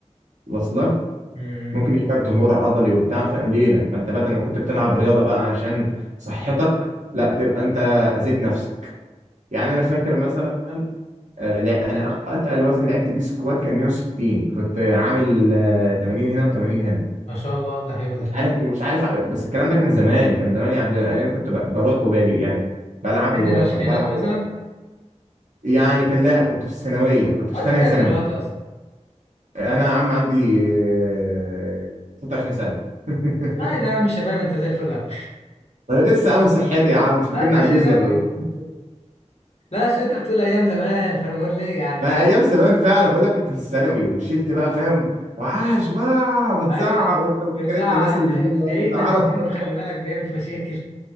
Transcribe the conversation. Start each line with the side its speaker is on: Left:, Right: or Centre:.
Right: واصلك
Left: امم
Right: ممكن يجيلك ضمور عضلي وبتاع في ليله فانت بدل ما كنت بتلعب رياضه بقى عشان صحتك لا تبقى انت اذيت نفسك يعني انا فاكر مثلا آه، لا انا أق- اتقل وزن لعبت بيه سكوات كان 160 كنت عامل آه، 80 هنا و80 هنا
Left: ما شاء الله ده حلو ده
Right: مش عارف مش عارف ع- بس الكلام ده كان زمان كان زمان يعني قبل يعني انا كنت ب- بروح وباجي يعني بلعب
Left: سن
Right: وببطل
Left: العشرينات
Right: بلعب
Left: مثلا
Right: وببطل يعني كان لا كنت في الثانويه كنت في
Left: وانت
Right: ثانيه
Left: كام
Right: ثانوي
Left: دلوقتي اصلا
Right: انا يا عم عندي آه، 26 سنه <laughs>
Left: اه ده يا عم شباب انت زي الفل اهو
Right: انا لسه عامل صحتي يا عم انت فاكرني
Left: <laughs> انت
Right: عجوز
Left: شباب
Right: ولا ايه؟
Left: لا اصل انت بتقول ايام زمان فانا بقول ليه يعني
Right: ما ايام زمان فعلا بقول لك كنت في الثانوي وشلت بقى
Left: يعني
Right: فاهم وعاش واو وتزعق
Left: ايوه
Right: وت- وفاكر
Left: بالله
Right: انت الناس اللي في الجيم
Left: العيد
Right: يقعدوا يزعقوا
Left: ده في الدم خلي بالك بيعمل مشاكل